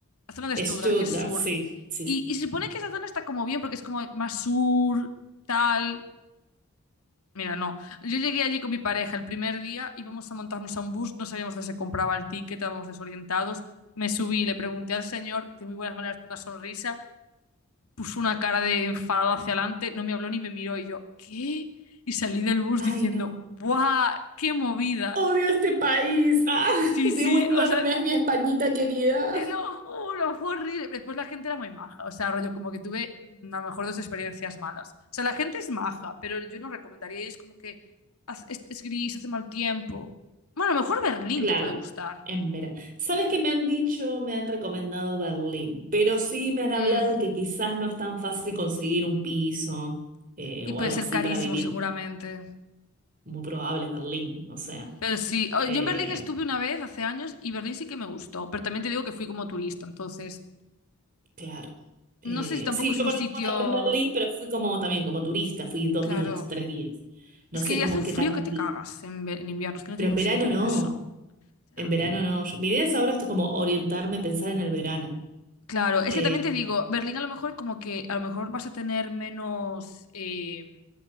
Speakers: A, on the left; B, on the right.
A: la zona de Stuttgart,
B: Stuttgart,
A: que es sur.
B: sí, sí,
A: Y,
B: sí.
A: y se supone que esa zona está como bien, porque es como más sur, tal. Mira, no. Yo llegué allí con mi pareja el primer día, íbamos a montarnos a un bus, no sabíamos dónde se compraba el ticket, estábamos desorientados. Me subí, le pregunté al señor, de muy buenas maneras, con una sonrisa, puso una cara de enfadado hacia adelante, no me habló ni me miró y yo, ¿qué? Y salí del bus
B: Ay,
A: diciendo,
B: no.
A: ¡buah! ¡Qué movida!
B: Odio este país. Ah, <laughs>
A: Sí, sí,
B: devuélvame
A: o sea,
B: a mi Españita querida.
A: te lo juro, fue horrible. Después la gente era muy maja, o sea, rollo como que tuve mm, a lo mejor dos experiencias malas. O sea, la gente es maja, pero yo no recomendaría y es como que haz- es, es gris, hace mal tiempo. Bueno, a lo mejor Berlín
B: Claro,
A: te puede gustar.
B: en verano. ¿Sabes qué me han dicho? Me han recomendado Berlín, pero sí me han
A: Mm,
B: hablado que quizás no es tan fácil conseguir un piso eh,
A: Y
B: o
A: puede
B: algo
A: ser
B: así
A: carísimo
B: para vivir.
A: seguramente.
B: Muy probable es Berlín, o sea,
A: Pero sí, o-
B: eh,
A: yo en Berlín estuve una vez hace años y Berlín sí que me gustó, pero también te digo que fui como turista, entonces
B: claro. Eh,
A: no sé si tampoco
B: sí,
A: es
B: yo
A: un
B: conozco
A: sitio,
B: también Berlín, pero fui como también como turista, fui dos
A: claro,
B: días, tres días. No
A: es
B: sé
A: que
B: cómo
A: hace un
B: qué
A: frío
B: tal
A: que
B: vivir.
A: te cagas en, ve- en invierno, es que no
B: Pero
A: tiene
B: en
A: ningún
B: verano
A: sentido
B: no,
A: eso. Ya.
B: en verano no. Yo- mi idea es ahora esto como orientarme, pensar en el verano.
A: Claro, es
B: Eh,
A: que también te digo, Berlín a lo mejor como que a lo mejor vas a tener menos, eh,